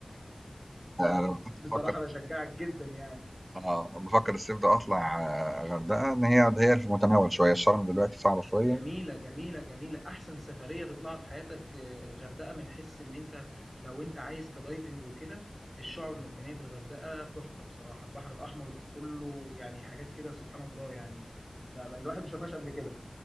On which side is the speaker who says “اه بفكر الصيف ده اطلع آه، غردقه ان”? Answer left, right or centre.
Right